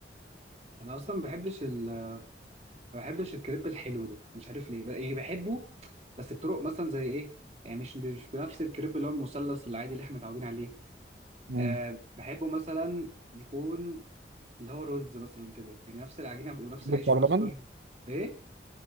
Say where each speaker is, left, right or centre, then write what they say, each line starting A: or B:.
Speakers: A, on the right; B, on the right.
A: انا اصلا ما بحبش ال... ما بحبش الكريب الحلو ده مش عارف ليه بقى يعني بحبه بس بطرق مثلا زي ايه يعني مش مش بنفس الكريب اللي هو المثلث العادي اللي احنا متعودين عليه
B: مم.
A: أه بحبه مثلا يكون اللي هو رولز مثلا كده يعني نفس العجينه ونفس
B: تحب
A: العيش
B: بتاع
A: ونفس
B: باللبن
A: كل ايه